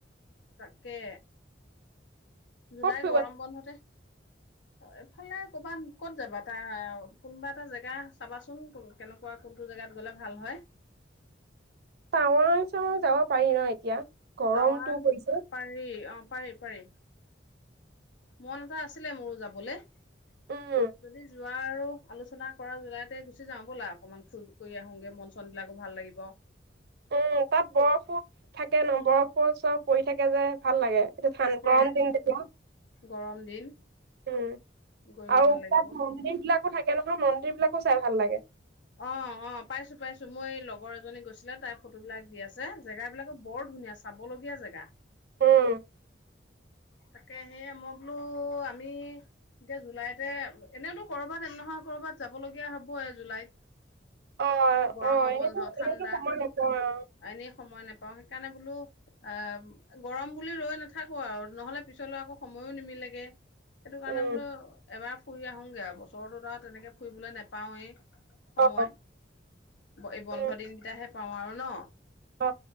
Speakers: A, on the left; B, on the right.
A: তাকে। জুলাই
B: ক'ত ফুৰিব
A: গৰম বন্ধতে এফালে কৰ'বাত ক'ত যাবা এটা কোনোবা এটা জেগা চাবাচোনো ন কেনেকুৱা কোনটো জেগাত গলে ভাল হয়
B: টাৱাং চাৱাং যাব পাৰি ন এতিয়া। গৰমটো
A: তাৱাং
B: পৰিছে
A: পাৰি অ পাৰি পাৰি মন এটা আছিলে মোৰো যাবলে। আ,
B: উম
A: যদি যোৱা আৰু আলোচনা কৰা জলাইতে গুচি যাওঁ ব'লা অকনমান ফু-ফুৰি কৰি আহোগে মন চন বিলাকো ভাল লাগিব।
B: উম, তাত বৰফো থাকে ন' বৰফো চব পৰি থাকে যে। ভাল লাগে, এইটো ঠান-গৰম
A: তাকে
B: দিন তেতিয়া।
A: গৰম দিন।
B: উম,
A: গৈও
B: আৰু
A: ভাল লাগিব
B: <unintelligible> মন্দিৰ বিলাকো থাক তাকে নহয় মন্দিৰ বিলাকো চাই ভাল লাগে।
A: অ', অ', পাইছোঁ পাইছোঁ মোৰ এই লগৰ এজনী গৈছিলে, তাই ফটোবিলাক দি আছে। জেগাবিলাকো বৰ ধুনীয়া চাবলগীয়া জেগা।
B: হম।
A: তাকে সেয়ে মই বোলো আমি এতিয়া জুলাইতে, এনেওতো কৰবাত এ, নহয় কৰবাত যাব লগীয়া হ'বই জুলাইত।
B: অ
A: গৰমো
B: অ এনেতো
A: বন্ধ ঠাণ্ডা,
B: এনেতো সময় নাপাওঁ
A: এনেই সময় নেপাওঁ সেইকাৰণে বোলো অ', গৰম বুলি ৰৈ নাথাকো আৰু নহ'লে পিছলৈ আকৌ সময়ো নিমিলেগে। সেইটো কাৰণে
B: উম
A: বোলো এবাৰ ফুৰি আহোগে আৰু বছৰৰতত আৰু তেনেকে ফুৰিবলৈ নেপাওঁৱেই। সময়,
B: অ
A: এ, বন্ধ
B: উম
A: দিনকেইটাহে পাওঁ আৰু ন'।
B: অ